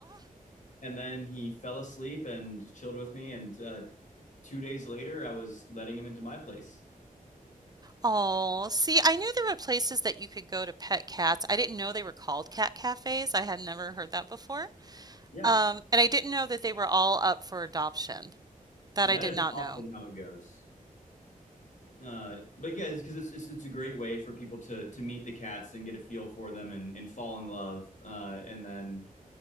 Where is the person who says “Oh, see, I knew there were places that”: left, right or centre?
Right